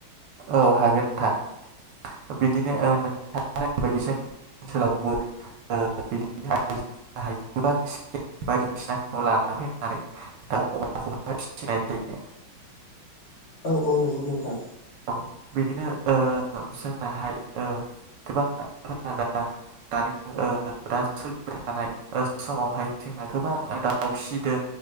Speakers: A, on the right (about 70°); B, on the left (about 80°).
A: औ हागोन नोंथां। बिदिनो ओ <unintelligible> <unintelligible> फिसिनाय जायो।
B: औ औ नंगौ नोंथां।
A: औ बिदिनो ओ जोंनाहाय ओ गोबां आइजोफोरा दा दानि मु ओ दा सोलिबाय थानाय समावहाय जोंना गोबां दाउ फिसिदों